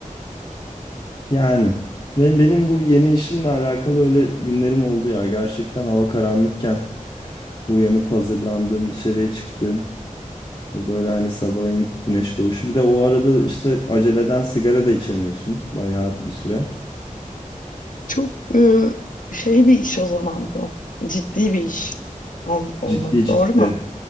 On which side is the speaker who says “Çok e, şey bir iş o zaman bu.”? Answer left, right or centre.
Left